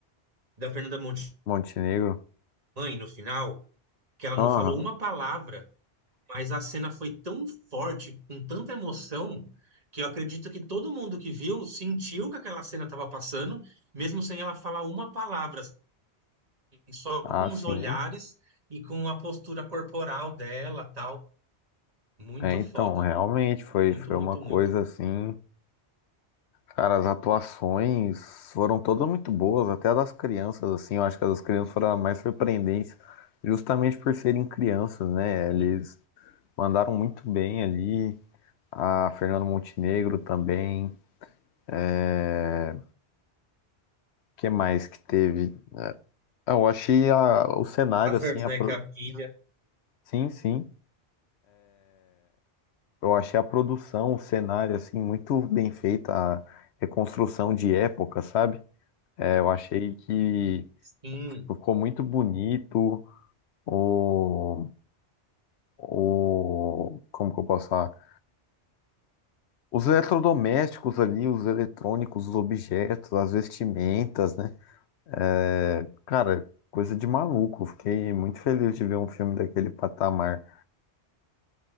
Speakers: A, on the right; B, on the left.
A: da Fernanda Monte
B: Montenegro.
A: no final, que ela
B: Aham.
A: não falou uma palavra, mas a cena foi tão forte, com tanta emoção, que eu acredito que todo mundo que viu sentiu que aquela cena estava passando, mesmo sem ela falar uma palavra, só
B: Ah,
A: com
B: sim.
A: os olhares e com a postura corporal dela, tal. Muito
B: É, então,
A: foda.
B: realmente foi,
A: Muito,
B: foi
A: muito,
B: uma coisa
A: muito.
B: assim. Cara, as atuações foram todas muito boas, até a das crianças, assim, eu acho que as das crianças foram as mais surpreendentes, justamente por serem crianças, né?
A: Sim.
B: Eles mandaram muito bem ali, a Fernanda Montenegro também, é... que mais que teve? Eu achei a- o cenário,
A: A Fernanda,
B: assim, a pro-
A: que é a filha,
B: sim, sim, eu achei a produção, o cenário, assim, muito bem feita, a reconstrução de época, sabe? É, eu achei que
A: sim,
B: ficou muito bonito, o, o, como que eu posso falar? Os eletrodomésticos ali, os eletrônicos, os objetos, as vestimentas, né? É, cara, coisa de maluco. Eu Fiquei muito feliz de ver um filme daquele patamar,